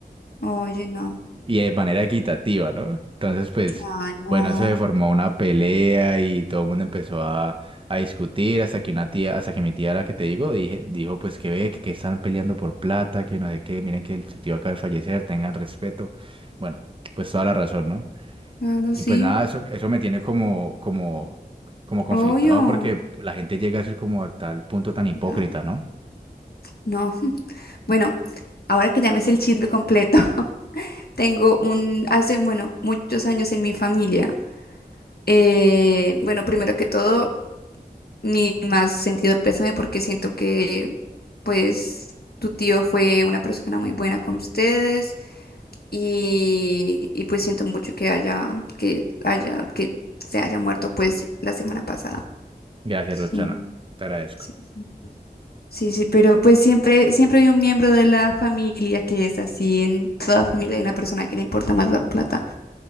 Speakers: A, on the left; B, on the right.
A: Oye, no.
B: y de manera equitativa, ¿no? Entonces, pues,
A: Ay, no.
B: bueno, eso se formó una pelea y todo el mundo empezó a, a discutir hasta que una tía, hasta que mi tía, la que te digo, dije, dijo, pues, que ve, que, que están peleando por plata, que no sé qué, miren que el su tío acaba de fallecer, tengan respeto. Bueno, pues toda la razón, ¿no?
A: Claro,
B: Y
A: sí.
B: pues nada, eso, eso me tiene como, como, como conflictuado
A: Obvio.
B: porque la gente llega a ser como a tal punto tan hipócrita,
A: No,
B: ¿no?
A: no. <laughs> Bueno, ahora que ya me sé el chisme completo, <laughs> tengo un, hace, bueno, muchos años en mi familia. eh, bueno, primero que todo. mi más sentido pésame porque siento que pues tu tío fue una persona muy buena con ustedes y, y, pues siento mucho que haya, que haya, que se haya muerto pues la semana pasada.
B: Gracias,
A: Sí,
B: Rochana. Te agradezco.
A: sí, sí, sí, sí, pero pues siempre, siempre hay un miembro de la familia que es así, en toda familia hay una persona que le importa más la plata.